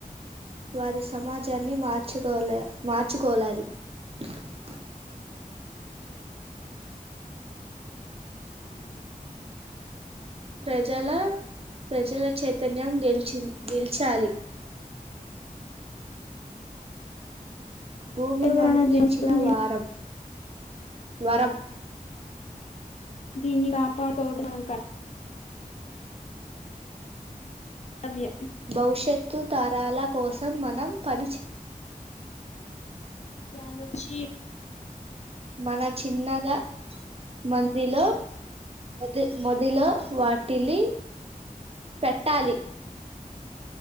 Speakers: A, on the right (about 40°); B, on the left (about 50°).
A: వారి సమాజాన్ని మార్చుకోలె మార్చుకోలారు <unintelligible> ప్రజల ప్రజల చైతన్యం గెలిచిం గెలచాలి భూమి
B: పర్యావరణ
A: మనకు
B: దినోత్సవం
A: ఇచ్చిన వారం వరం
B: దీన్ని కాపాడు కోవుడు మన కార్ కర్తవ్యం
A: భవిష్యత్తు తరాల కోసం మనం ప
B: వాలోచ్చి
A: మన చిన్నగా మందిలో మది మొదిలో
B: ఇవ్వాలి
A: వాటిల్లీ పెట్టాలి